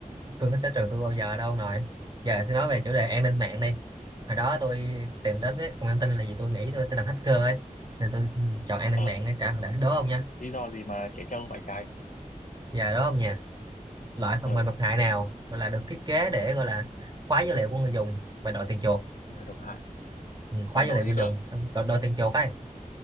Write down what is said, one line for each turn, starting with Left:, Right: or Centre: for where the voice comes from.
Right: tôi nó sẽ trường tôi bao giờ đâu ông nội giờ thì nói về chủ đề an ninh mạng đi hồi đó tôi tìm đến với ông an tin là vì tôi nghĩ tôi sẽ làm hacker ấy nên tôi chọn an ninh
Left: ừ
Right: mạng để trả đã đố ông nha
Left: lý do gì mà trẻ trâu vậy cái
Right: giờ đố ông nha loại phần
Left: ừ
Right: mềm độc hại nào gọi là được thiết kế để gọi là khóa dữ liệu của người dùng và đòi tiền chuộc
Left: mà độc hại
Right: ừ, khóa
Left: và
Right: dữ
Left: đổi
Right: liệu
Left: gì
Right: người
Left: cơ
Right: dùng xong đòi, đòi tiền chuộc ấy